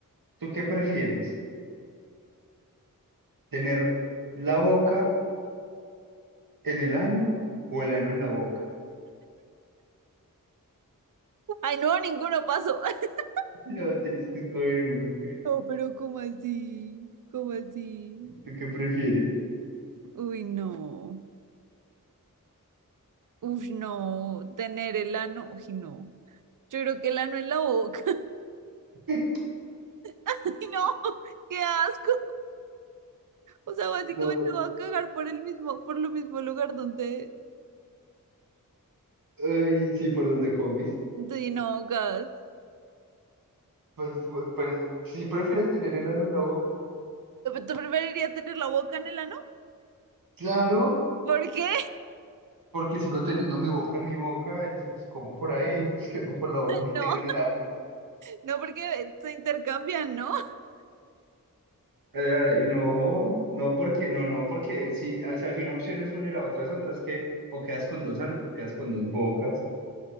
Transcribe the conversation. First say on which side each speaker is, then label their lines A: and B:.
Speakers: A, on the right (about 80°); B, on the right (about 65°).
A: ¿tú qué prefieres? ¿Tener la boca en el ano o el ano en la boca?
B: Ay, no, ninguno pasó. <laughs>
A: <laughs> No, tienes que escoger uno.
B: No, pero ¿cómo así? ¿Cómo así?
A: ¿Tú qué prefieres?
B: Uy, no. Uf, no. Tener el ano, uy, no. Yo creo que el ano en la boca.
A: <laughs>
B: <laughs> Ay, no, qué asco. O sea, básicamente
A: No,
B: va a cagar por el mismo, por lo mismo lugar donde,
A: ay, sí, por donde comes.
B: donde no gas.
A: Pues, pues, pues, si prefieres tener el ano en la boca,
B: ¿Tú preferirías tener la boca en el ano?
A: claro,
B: ¿Por qué?
A: porque sigo teniendo mi boca en mi boca, entonces pues como por ahí, <laughs> pues que hago por la boca que
B: <laughs> No,
A: tengo en el ano.
B: no, porque se intercambian, ¿no?
A: Eh, y no, no porque, no, no porque si, o sea, si una opción es una y la otra es otra, es que o quedas con dos anos o quedas con dos bocas.